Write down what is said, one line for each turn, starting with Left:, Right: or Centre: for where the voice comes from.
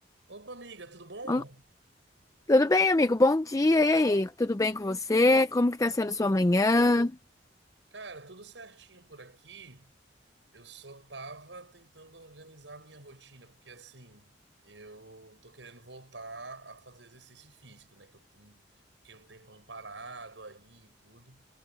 Right: Opa, amiga, tudo bom?
Left: Ah, Tudo bem, amigo? Bom dia. E aí? Tudo bem com você? Como que tá sendo sua manhã?
Right: Cara, tudo certinho por aqui. Eu só tava tentando organizar a minha rotina, porque assim, eu tô querendo voltar a fazer exercício físico, né? Que eu tô- um, fiquei um tempão parado aí e tudo.